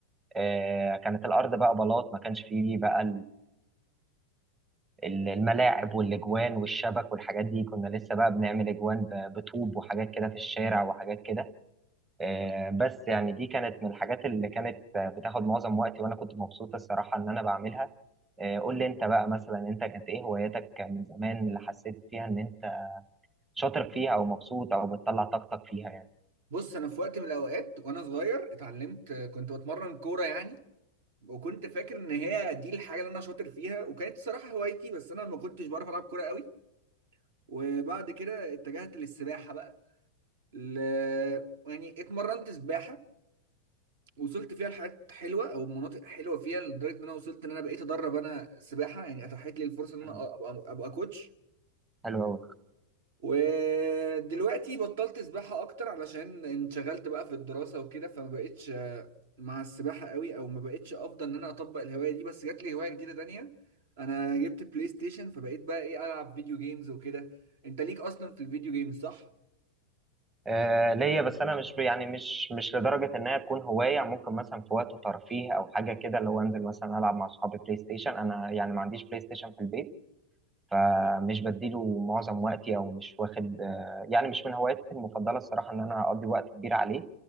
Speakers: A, on the right; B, on the right.
A: آه، كانت الارض بقى بلاط ما كانش فيه بقى ال- الملاعب والاجوان والشبك والحاجات دي كنا لسه بقى بنعمل اجوان ب- بطوب وحاجات كده في الشارع وحاجات كده آه، بس يعني دي كانت من الحاجات اللي كانت آه، بتاخد معظم وقتي وانا كنت مبسوط الصراحة ان انا بعملها آه، قول لي انت بقى مثلا انت كانت ايه هواياتك من زمان اللي حسيت فيها ان انت شاطر فيها او مبسوط او بتطلع طاقتك فيها يعني
B: بص انا في وقت من الاوقات وانا صغير اتعلمت كنت بتمرن كورة يعني وكنت فاكر ان هي دي الحاجة اللي انا شاطر فيها وكانت صراحة هوايتي بس انا ما كنتش بعرف العب كورة قوي وبعد كده اتجهت للسباحة بقى ل... يعني اتمرنت سباحة وصلت فيها لحاجات حلوه او مناطق حلوه فيها لدرجه ان انا وصلت ان انا بقيت ادرب انا سباحه يعني اتاحت لي الفرصه ان انا
A: مم.
B: ابقى أبقى كوتش
A: حلو قوي
B: ودلوقتي بطلت سباحه اكتر علشان انشغلت بقى في الدراسه وكده فما بقتش آه، مع السباحه قوي او ما بقتش افضل ان انا اطبق الهوايه دي بس جات لي هوايه جديده تانية انا جبت بلاي ستيشن فبقيت بقى ايه العب فيديو جيمز وكده انت ليك اصلا في الفيديو جيمز صح
A: آه، ليا بس انا مش ب- يعني مش مش لدرجه انها تكون هوايه ممكن مثلا في وقت ترفيه او حاجه كده اللي هو انزل مثلا العب مع اصحابي بلاي ستيشن انا يعني ما عنديش بلاي ستيشن في البيت فمش بديله معظم وقتي او مش واخد آه، يعني مش من هواياتي المفضله الصراحه ان انا اقضي وقت كبير عليه